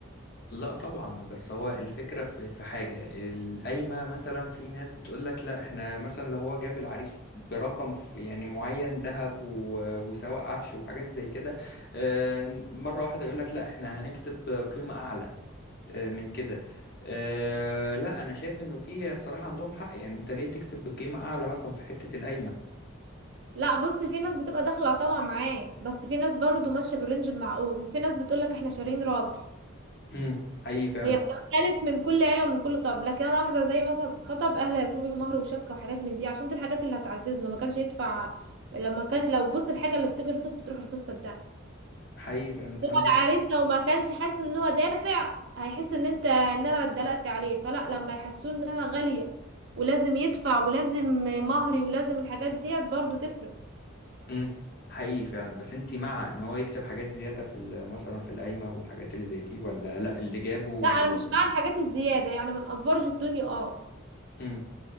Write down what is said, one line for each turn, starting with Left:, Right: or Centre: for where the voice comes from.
Left: لا طبعا بس هو الفكرة في في حاجة القايمة مثلا في ناس بتقولك لا احنا مثلا لو هو جاب العريس برقم ف- يعني معين ذهب و- وسواق عفش وحاجات زي كده آه، مرة واحدة يقولك لا احنا هنكتب قيمة أعلى آه، من كده آه، لا أنا شايف إنه في صراحة عندهم حق يعني أنت ليه تكتب بقيمة أعلى مثلا في حتة القايمة
Right: لا بص في ناس بتبقى داخله طبعا معاك بس في ناس برضو ماشيه بالرينج المعقول وفي ناس بتقولك احنا شارين راجل
Left: مم، حقيقي فعلا
Right: هي بتختلف من كل عيله ومن كل طب لكن انا واحده زي مثلا بتتخطب اهلها يطلبوا مهر وشبكه وحاجات من دي عشان دي الحاجات اللي هتعززنا ما كانش يدفع لما كان لو بص الحاجه اللي بتيجي رخيص بتروح رخيص صدق
Left: حقيقي فعلا أنت
Right: هو
Left: عندك
Right: العريس لو ما كانش حاسس ان هو دافع هيحس ان انت ان انا اتدلقت عليه فلا لما يحسوه ان انا غاليه ولازم يدفع ولازم مهري ولازم الحاجات ديت برضو تفرق
Left: امم حقيقي فعلا بس انت مع ان هو يكتب حاجات زيادة في ال- مثلا في القايمة والحاجات اللي زي دي ولا لا اللي جابه وال...
Right: لا انا مش مع الحاجات الزياده يعني ما نقفرش الدنيا اه
Left: امم